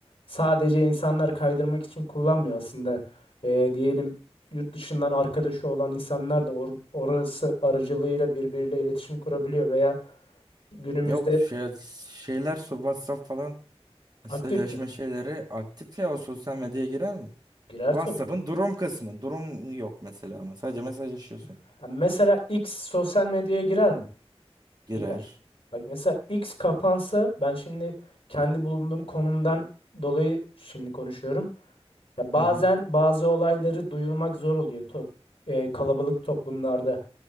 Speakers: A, on the left (about 65°); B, on the right (about 40°).
A: sadece insanlar kaydırmak için kullanmıyor aslında. E, diyelim yurt dışından arkadaşı olan insanlar da or- orası aracılığıyla birbiriyle iletişim kurabiliyor veya Günümüzde
B: Yok şey, şeyler so- WhatsApp falan mesajlaşma
A: aktif mi?
B: şeyleri aktif ya o sosyal medyaya girer mi?
A: Girer
B: WhatsApp'ın
A: tabii.
B: durum kısmı. Durum yok mesela ama sadece mesajlaşıyorsun.
A: Ha, Mesela X sosyal medyaya girer mi?
B: Girer.
A: Girer. Bak mesela X kapansa ben şimdi kendi bulunduğum konumdan dolayı şimdi konuşuyorum. Ya bazen
B: Hı hı.
A: bazı olayları duyurmak zor oluyor top, e, kalabalık toplumlarda.